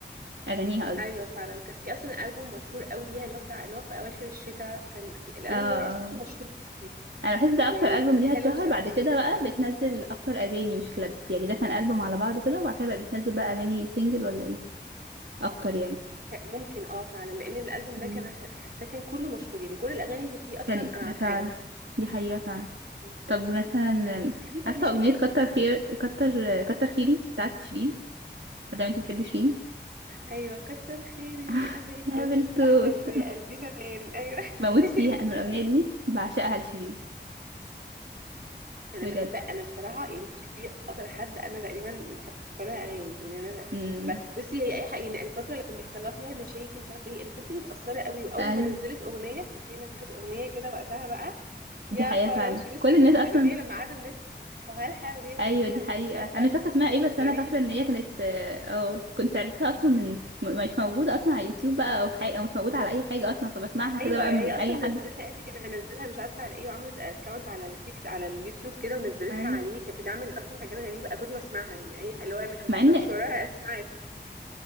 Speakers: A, on the right; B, on the right.
A: اغانيها قصدي
B: ايوه فعلا كان في اصلا البوم مشهور قوي ليها اللي هو بتاع اللي هو في اواخر الشتاء كان في الالبوم
A: اه اه
B: ده بحسه مشهور جدا
A: انا بحس ده
B: يعني
A: اكتر البوم
B: كان
A: ليها
B: حلو
A: اتشهر
B: بصراحه
A: بعد كده بقى بتنزل اكتر اغاني مش كلاب يعني ده كان البوم على بعضه كده وبعد كده بقى بتنزل بقى اغاني سنجل ولا ايه اكتر
B: ك- ممكن اه فعلا لان الالبوم
A: يعني
B: ده كان ح- حاساه كان كله مشهور يعني كل الاغاني اللي فيه اصلا
A: كان
B: انا عارفاها
A: فعلا دي حقيقة فعلا
B: مم.
A: طب مثلا آم،
B: بتحبي فضل
A: عارفة
B: شاكر
A: أغنية كتر خير كتر كتر خيري بتاعت شيرين مادام انتي بتحبي شيرين
B: ايوه كتر خير اني
A: <laughs>
B: قابلته
A: نقابل
B: استحملته
A: توت
B: يا قلبي زمان ايوه
A: <laughs> بموت
B: <laughs>
A: فيها أنا من الأغنية دي بعشقها لشيرين
B: انا
A: بجد
B: بحب انا بصراحه يعني في اكتر حد انا تقريبا بحب لها اغاني يعني انا
A: امم
B: ب... بصي هي اي حاجه يعني الفتره اللي كان بيحصل لها فيها مشاكل ومش عارف ايه انا كنت متاثره قوي واول
A: أيوة
B: ما نزلت اغنيه كانت هي نزلت اغنيه كده وقتها بقى
A: دي
B: يا
A: حقيقة
B: خراشي
A: فعلا
B: بصي
A: كل الناس
B: كنت اللي
A: أصلا
B: هي لما قعدوا الناس يمسحوها لها وهي تنزلها
A: أيوة دي حقيقة
B: من مش عارفه
A: أنا
B: اكونت
A: مش فاكرة اسمها
B: اسمه
A: ايه بس
B: غريب
A: أنا فاكرة إن هي كانت اه آه، كنت عرفتها أصلا من م- مش موجودة أصلا على يوتيوب بقى أو حاجة أو مش موجودة على أي حاجة أصلا فبسمعها كده
B: ايوه
A: بقى
B: هي
A: من
B: اصلا
A: أي
B: نزلتها
A: حد
B: قالت لك انا هنزلها مش عارفه على ايه وعملت اكونت على التيك على اليوتيوب كده ونزلتها
A: أيوة
B: عليه كانت بتعمل اصلا حاجات غريبه كنت بسمعها يعني اي اللي هو انا كنت
A: مع ان
B: بمشي وراها اسمعك